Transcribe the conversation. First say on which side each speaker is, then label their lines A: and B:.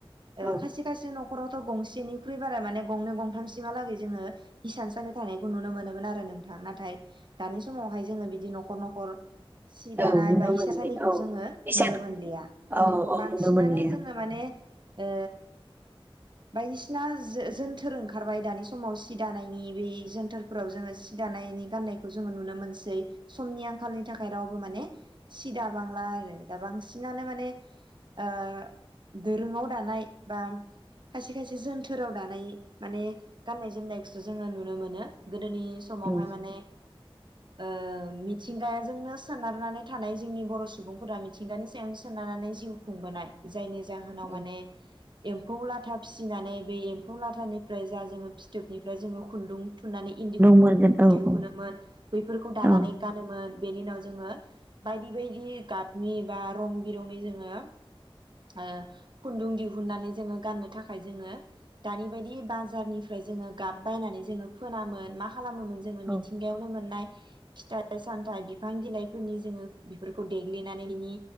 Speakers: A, on the right; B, on the right.
A: ओ
B: औ
A: खायसे खायसे न'ख न'खरावथ' गंसेनिख्रुइ बारा माने गंनै गंथाम सिम हा लागै जोङो हिसान सालि थानायखौ नुनो मोनो मोन आरो नोंथां। नाथाय दानि समावहाय जोङो बिदि नख खर नखर सि दानाय
B: औ नुनो
A: बा हिसाराबसालिखौ
B: मोनलि औ
A: जोङो
B: इसान
A: नुनो मोनलिया
B: औ औ
A: बांसिनानो
B: नुनो मोनलिया
A: जोङो माने ओ बायदिसिना जोजोनथोर ओंखारबाय दानि समाव सि दानायनि बे जोनथोरफोराव जोङो सि दानायनि गाननायख खौ जोङो नुनो मोनसै समनि आंखालनि थाखाय रावबो माने सि दाबांला आरो दा बांसिनानो माने ओ दोरोङाव दानाय बा खायसे खायसे जोनथोराव दानाय माने गान्नाय जोमनायखौसो जोङो नुनो मोनो गो दोनि समावहाय
B: उम
A: माने ओ मिथिंगाजोंनो सोनारनानै थानाय जोंनि बर सुबुंफोरा मिथिंगानि सायावनो सोनारनानै जिउ खुंबोनाय जायनि जाहोनाव
B: औ
A: माने एम्फौ लाथा फिसिनानै बे एम्फौ लाथानिफ्राय जा जोङो फिथोबनिफ्राय जोङो खुन्दुं थुन्नानै इन्दि खुन्दुं
B: मोनगोन औ
A: दिहुनोमोन
B: औ
A: बैफोरखौ दानानै
B: औ
A: गानोमोन बेनि उनाव जोङो। बायदि बायदि गाबनि बा रं बिरंनि जोङो ओ खुन्दुं दिहुननानै जोङो गाननो थाखाय जोङो दानि बायदि बाजारनिफ्राय जोङो गाब बायनानै जोङो फोनामोन मा खालामोमोन जोङो
B: औ
A: मिथिंगायावनो मोननाय फिथाइ सामथाय बिफां बिलाइफोरनि जोङो बेफोरखौ देग्लिनानै बिनि